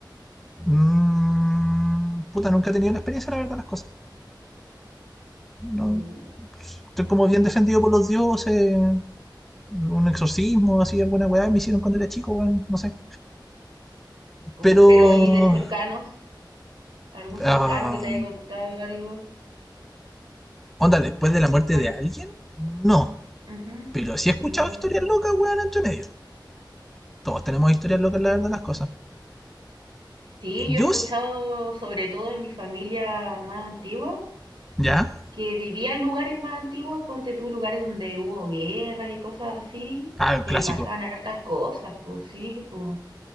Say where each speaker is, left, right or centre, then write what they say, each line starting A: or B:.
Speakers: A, in the centre; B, on the right (about 75°).
A: Mm, puta, nunca he tenido la experiencia, la verdad, las cosas. No,
B: Mm.
A: estoy como bien defendido por los dioses. Un exorcismo, así, alguna weá me hicieron cuando era chico, weón. No sé.
B: Uh,
A: Pero.
B: pero ¿y de cercanos? ¿Algún cercano
A: ah,
B: que te haya contado algo?
A: onda, después de la muerte
B: Por...
A: de alguien, no.
B: Ujú.
A: Pero sí he escuchado
B: Mm.
A: historias locas, weón, entre medio. Todos tenemos historias
B: Uh.
A: locas, la verdad, las cosas.
B: Sí,
A: Yo,
B: yo he escuchado, sobre todo en mi familia más antigua,
A: ya,
B: que vivía en lugares más antiguos, ponte tú lugares donde hubo guerras y cosas así,
A: ah, el
B: que
A: clásico.
B: pasaban hartas cosas, pues sí, pues